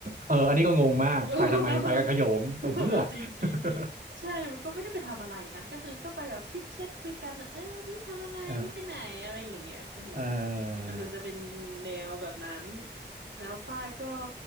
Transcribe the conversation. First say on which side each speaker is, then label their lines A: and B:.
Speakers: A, on the right; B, on the right.
A: เอออันนี้ก็งงมากไปทำไมไปกับขโยงไปเพื่อ
B: <laughs> เออจริงจริงจริงใช่
A: <laughs>
B: มันก็ไม่ได้ไปทำอะไรนะก็คือก็ไปแบบชิดแชทคุยกันอะเออนี่ทำอะไรนี่ไปไหนอะไรอย่างเงี้ยอืม
A: อ่า อ่า
B: มันดูจะเป็นแนวแบบนั้นแล้วฝ้ายก็